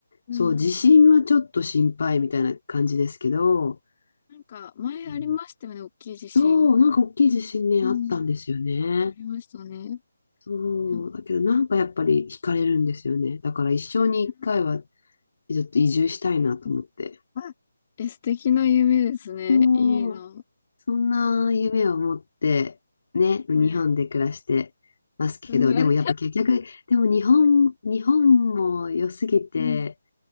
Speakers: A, on the left; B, on the left.
A: うん。
B: そう、地震はちょっと心配みたいな感じですけど、
A: なんか、前ありましたよね、
B: うん
A: 大きい地震。
B: そう、なんか大きい地震ね、あったんですよね。
A: うん。ありましたね。
B: そう、
A: でも
B: だけどなんかやっぱり惹かれるんですよね。だから一生に一回は
A: う
B: ちょっと移住したいなと思って。
A: んあえ、素敵な夢ですね。
B: う
A: いいな。
B: んそんな夢を持って、ね、日本で暮らしてますけど、
A: はい。うん、
B: でもやっぱ結局、
A: あ
B: でも日本、日本も良すぎて、
A: う